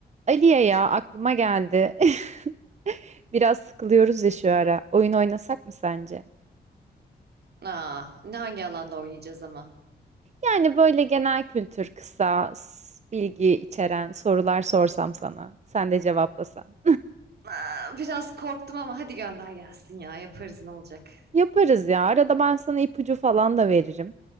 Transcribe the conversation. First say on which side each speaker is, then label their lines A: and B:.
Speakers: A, on the right; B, on the right.
A: Aliye ya aklıma geldi. <laughs> Biraz sıkılıyoruz ya şu ara. Oyun oynasak mı sence?
B: Aa, ne hangi alanda oynayacağız ama?
A: Yani böyle genel kültür, kısa, s- bilgi içeren sorular sorsam sana. Sen de cevaplasan.
B: Aa, biraz korktum ama hadi gönder gelsin ya yaparız ne olacak.
A: <laughs> Yaparız ya. Arada ben sana ipucu falan da veririm.